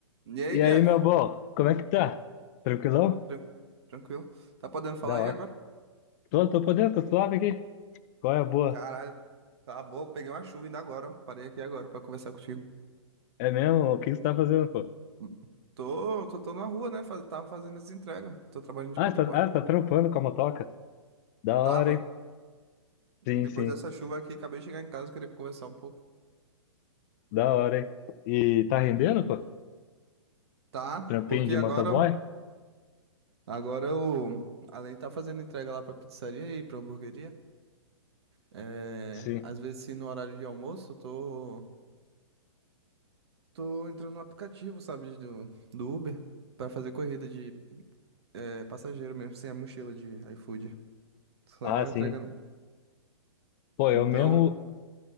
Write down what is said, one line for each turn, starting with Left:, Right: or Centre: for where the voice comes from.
Right: E aí,
Left: E
Right: Jeff?
Left: aí, meu bom, como é que tá? Tranquilão?
Right: Tran- Tranquilo. Tá podendo falar
Left: Da
Right: aí
Left: hora.
Right: agora?
Left: Tô, tô podendo, tô suave aqui. Qual é a boa?
Right: Caralho, tá boa. eu Peguei uma chuva ainda agora. Parei aqui agora pra conversar contigo.
Left: É mesmo? O que você tá fazendo, pô?
Right: Hum. Tô, tô, tô na rua, né? Faz- Tava fazendo as entregas. Tô trabalhando de
Left: Ah,
Right: motoboy.
Left: você tá, ah, você tá trampando com a motoca? Da hora,
Right: Tava.
Left: hein?
Right: Depois
Left: Sim, sim.
Right: dessa chuva aqui, acabei de chegar em casa, queria conversar um pouco.
Left: Da hora, hein? E tá rendendo, pô?
Right: Tá,
Left: Trampinho
Right: porque
Left: de
Right: agora,
Left: motoboy?
Right: agora eu, além de estar fazendo entrega lá pra pizzaria e pra hamburgueria, é,
Left: Sim.
Right: às vezes, se no horário de almoço, eu tô, tô entrando no aplicativo, sabe, do, do Uber, pra fazer corrida de É passageiro mesmo, sem a mochila de iFood. Só
Left: Ah, sim.
Right: entregando.
Left: Pô, eu
Right: Então,
Left: mesmo,